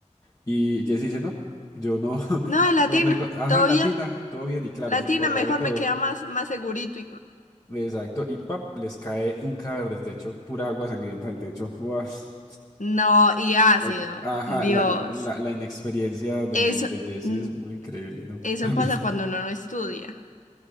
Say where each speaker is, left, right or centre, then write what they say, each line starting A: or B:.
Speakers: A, on the left; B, on the left.
A: Y Jesse dice, no, yo no, <laughs>
B: No, es latina,
A: no, no, enco- ajá,
B: todo
A: en latina,
B: bien.
A: todo bien, y claro,
B: Latina,
A: eso corroe
B: mejor
A: todo.
B: me queda más, más segurito. Y...
A: Exacto, y pap, les cae un cadáver del techo, pura agua sangrienta del techo. <laughs> Uas.
B: No, y ácido,
A: La- Ajá,
B: Dios.
A: la, la, la inexperiencia de,
B: Eso,
A: de Jesse
B: mm,
A: es muy increíble, ¿no?
B: eso
A: <laughs> También.
B: pasa cuando uno no estudia.